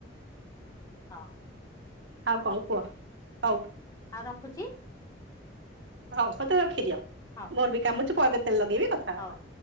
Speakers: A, on the left; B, on the right.
A: ହଁ
B: ଆଉ କଣ କୁହ ହଉ
A: ଆଉ ରଖୁଛି
B: ହଉ ମତେ ରଖିଦିଅ
A: ହଉ
B: ମୋର ବି କାମ ଅଛି ପରେ କେତେଲ ଲଗେଇବି କଥା
A: ହଉ।
B: ହବା